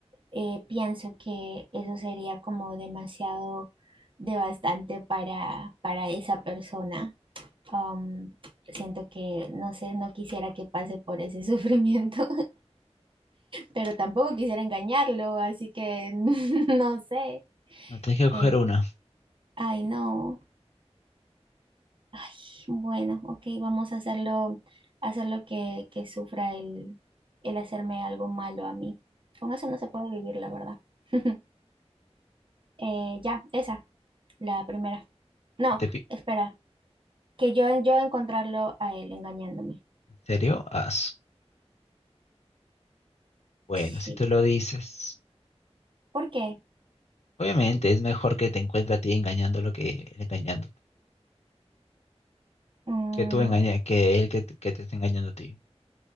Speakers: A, on the right; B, on the left.
A: eh, pienso que eso sería como demasiado devastante para, para esa persona. Um, siento que, no sé, no quisiera que pase por ese <laughs> sufrimiento, pero tampoco quisiera engañarlo, así que <laughs> no sé.
B: No, tienes que coger
A: Eh,
B: una.
A: ay, no. Ay, bueno, ok, vamos a hacerlo, hacerlo que, que sufra el, el hacerme algo malo a mí. Con eso no se puede vivir, la verdad. <laughs> Eh, ya, esa, la primera. No,
B: ¿Que ¿Te pi-
A: espera, que yo, yo encontrarlo a él engañándome.
B: ¿En serio? Ah, Bueno,
A: Sí,
B: si tú lo dices,
A: ¿por qué?
B: obviamente es mejor que te encuentre a ti engañándolo que él engañándote,
A: Mm,
B: que tú engaña, que él que, te que te esté engañando a ti.